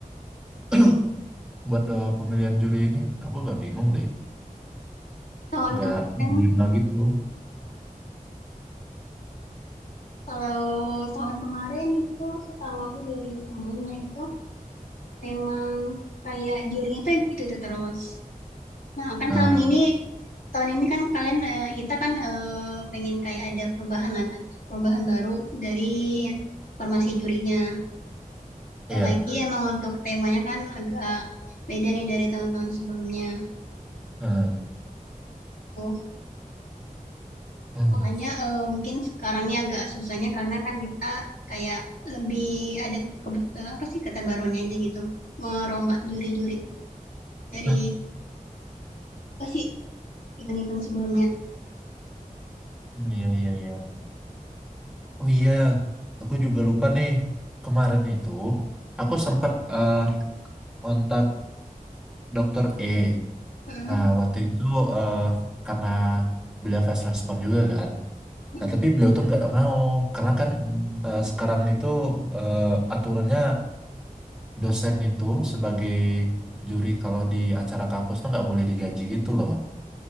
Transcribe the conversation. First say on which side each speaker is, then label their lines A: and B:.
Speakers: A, in the centre; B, on the left (about 85°).
A: <clears throat> buat eh, pemilihan juri ini? Aku agak bingung deh,
B: Tahun
A: agak
B: kemarin,
A: dilema gitu.
B: kalau tahun kemarin itu setahu aku dari temennya itu memang kayak jurinya tuh itu itu terus. Nah, kan
A: Nah,
B: tahun ini tahun ini kan kalian eh, kita kan eh, pengen kayak ada perubahan lah kan, perubahan baru dari formasi jurinya. Dan
A: iya.
B: lagi emang untuk temanya kan agak beda nih dari tahun-tahun sebelumnya.
A: Nah,
B: Tuh,
A: hmm.
B: makanya eh, mungkin sekarang ini agak susahnya karena kan kita kayak lebih ada kebetulan apa sih keterbaruannya aja gitu, merombak juri-juri dari
A: Hah,
B: apa sih event-event sebelumnya.
A: Iya iya iya. Oh iya, aku juga lupa nih. Kemarin itu aku sempat eh, kontak Dokter E.
B: Mm.
A: Nah waktu itu eh, karena beliau fast respon juga kan.
B: Mm-mm.
A: Nah tapi beliau tuh nggak mau karena kan eh, sekarang itu eh, aturannya dosen itu sebagai juri kalau di acara kampus tuh nggak boleh digaji gitu loh.